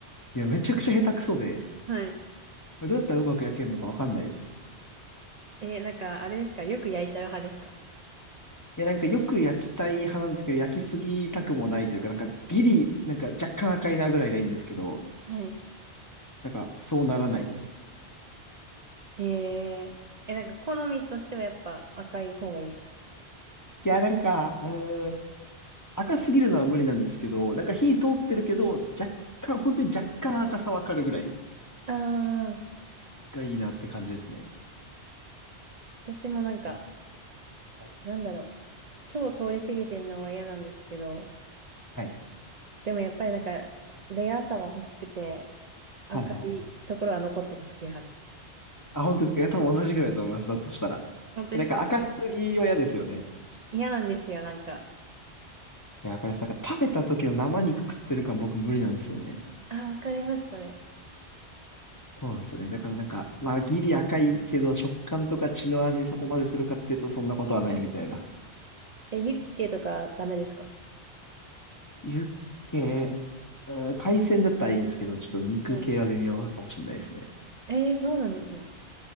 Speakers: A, on the left (about 20°); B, on the right (about 45°).
A: いや、めちゃくちゃ下手くそで、
B: はい。
A: これどうやったらうまく焼けるのかわかんないです。
B: えー、なんかあれですかよく焼いちゃう派ですか
A: いや、なんかよく焼きたい派なんですけど、焼きすぎたくもないというか、なんかギリ、なんか若干赤いなぐらいがいいんですけど、
B: はい。
A: なんかそうならないです。
B: えー、え、なんか好みとしてはやっぱ赤い方がいい。
A: いや、なんか、うーん、赤すぎるのは無理なんですけど、なんか火通ってるけど、若干、本当に若干赤さわかるぐらい
B: ああ、
A: がいいなって感じですね。
B: 私もなんか
A: はい。はい。
B: なんだろう。超通り過ぎてんのは嫌なんですけど、
A: は
B: でもやっぱりなんか、レアさは欲しくて、赤いところは残っててほしい派です。
A: いはいはい。あ、本当ですか。いや、多分同じぐらいだと思います。だとしたら。
B: 本当ですか
A: なんか赤すぎは嫌ですよね。
B: 嫌なんですよ、なんか。
A: いや、わかります。なんか食べた時の生肉食ってる感僕無理なんですよね。
B: あ、わかります、それ。
A: そうなんですよね。だからなんか、まあ、ギリ赤いけど、食感とか血の味そこまでするかっていうと、そんなことはないみたいな。
B: え、ユッケとかダメですか
A: ユッケ、うん、海鮮だったらいいんですけど、ちょっと肉系は微妙かもしれないですね。
B: はい。えー、そうなんですね。